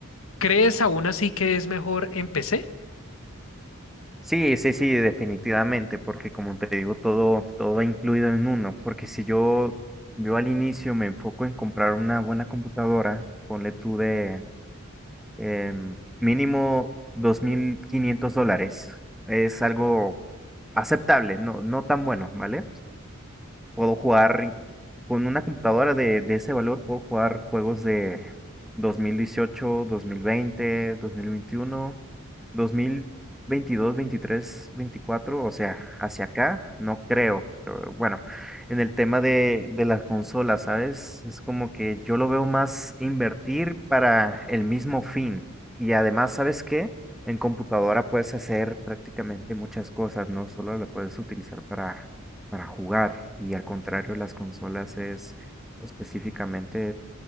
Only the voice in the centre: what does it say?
Sí, sí, sí, definitivamente, porque como te digo, todo, todo va incluido en uno, porque si yo, yo al inicio me enfoco en comprar una buena computadora, ponle tú de em, mínimo 2.500 dólares. Es algo aceptable, no, no tan bueno, ¿vale? Puedo jugar con una computadora de, de ese valor, puedo jugar juegos de dos dos mil mil dieciocho dos mil veinte dos mil veintiuno dos mil veintidós veintitrés veinticuatro o sea, hacia acá, no creo. Pero bueno, en el tema de, de las consolas, ¿sabes? Es como que yo lo veo más invertir para el mismo fin. Y además, ¿sabes qué? En computadora puedes hacer prácticamente muchas cosas, no solo la puedes utilizar para, para jugar. Y al contrario, las consolas es específicamente